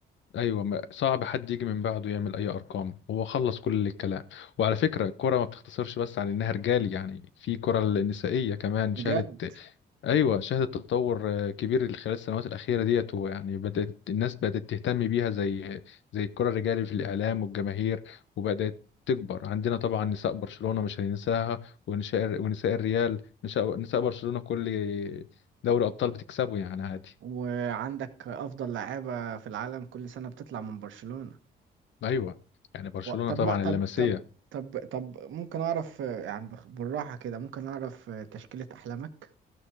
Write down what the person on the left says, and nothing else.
ايوه ما- صعب حد يجي من بعده يعمل اي ارقام هو خلص كل الكلام وعلى فكرة الكورة ما بتختصرش بس عن انها رجال يعني في كرة النسائية كمان
شهدت ايوه شهدت تطور آه، كبير خلال السنوات الاخيره ديت ويعني بدات الناس بدات تهتم بيها زي زي الكره الرجالي في الاعلام والجماهير وبدات تكبر عندنا طبعا نساء برشلونه مش هننساها ونساء ونساء الريال نساء نساء برشلونه كل دوري ابطال بتكسبه يعني عادي
ايوه يعني برشلونه
طبعا
اللمسيه